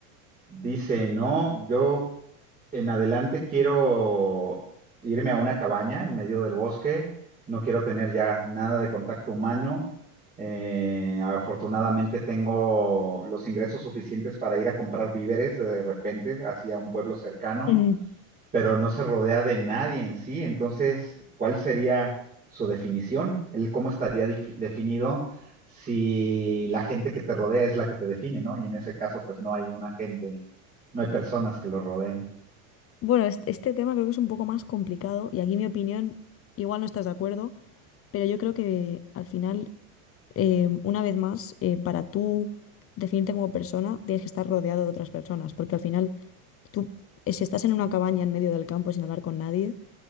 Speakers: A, on the right; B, on the left.
A: Dice, no, yo en adelante quiero irme a una cabaña en medio del bosque, no quiero tener ya nada de contacto humano. Eh, afortunadamente tengo los ingresos suficientes para ir a comprar víveres de repente hacia un pueblo cercano,
B: Mm,
A: pero no se rodea de nadie en sí. Entonces, ¿cuál sería su definición? ¿El cómo estaría dif- definido si la gente que te rodea es la que te define, ¿no? Y en ese caso, pues no hay una gente no hay personas que lo rodeen.
B: Bueno, este, este tema creo que es un poco más complicado y aquí mi opinión, igual no estás de acuerdo, pero yo creo que al final em, una vez más, eh, para tú definirte como persona, tienes que estar rodeado de otras personas, porque al final tú, eh, si estás en una cabaña en medio del campo sin hablar con nadie,